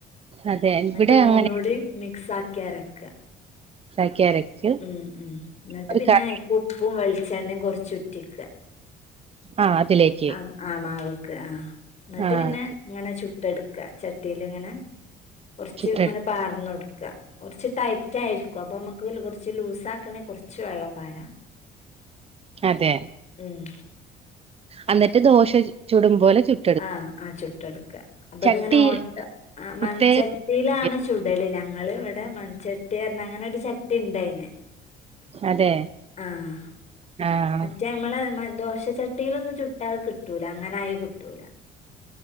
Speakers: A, on the right (about 35°); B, on the left (about 40°).
A: അതെ
B: ഇന്നിട്ട്
A: ഇവിടെ
B: മൂന്നൂടി
A: അങ്ങനെ
B: മിക്സ് ആക്കി അരക്കാ
A: ഉണ്ടാക്കി അരക്കും
B: ഉം ഉം ഇന്നട്ട്
A: ഒരു
B: പിന്നെ
A: കറി
B: ഉപ്പും വെളിച്ചെണ്ണയും കുറച്ചുറ്റിക്ക
A: ആഹ് അതിലേക്ക്
B: ആഹ് ആഹ് മാവ്ക്ക്. ആഹ് ഇന്നട്ട്
A: ആഹ്
B: പിന്നെ ഇങ്ങനെ ചുട്ട് എടുക്കാ. ചട്ടില് ഇങ്ങനെ കുറച്ച്
A: ചുട്ടെടു
B: ഇങ്ങനെ പാർന്നൊടുക്ക കൊറച്ച് ടൈറ്റായിരിക്കും അപ്പൊ നമുക്ക് കുറച്ച് ലൂസ് ആക്കണെങ്കി കൊറച്ച് വെള്ളം പാര
A: അതെ
B: മ്മ്
A: അന്നിട്ട് ദോശ ചുടും പോലെ ചു-
B: ആഹ് ആ ചുട്ട എടുക്ക അപ്പ
A: ചട്ടി
B: അത്ങ്ങനെ ഓട്ട ആ
A: പ്രത്യേക
B: മണ്ച്ച- ട്ടിയിലാണ് ചുടല് ഞങ്ങൾ ഇവിടെ മൺചട്ടി പറഞ്ഞ അങ്ങനെ ഒരു ചട്ടി ഉണ്ടയിന്
A: അതെ
B: ആഹ്
A: ആഹ്
B: മറ്റേ നമ്മളെ ദോശചട്ടിയിലൊന്നും ചുട്ടാ അത് കിട്ടൂല അങ്ങനെ ആയ കിട്ടൂല